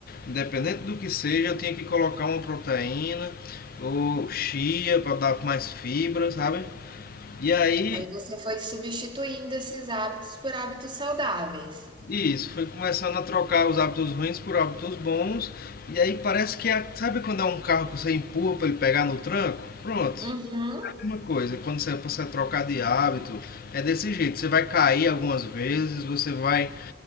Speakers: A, on the left; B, on the right.
A: independente do que seja, eu tinha que colocar uma proteína ou chia para dar mais fibra, sabe? E aí,
B: aí você foi substituindo esses hábitos por hábitos saudáveis.
A: isso, foi começando a trocar os hábitos ruins por hábitos bons. E aí parece que, é- sabe quando é um carro que você empurra para ele pegar no tranco? Pronto,
B: Uhum.
A: uma coisa, quando você, você trocar de hábito, é desse jeito. Você vai cair algumas vezes, você vai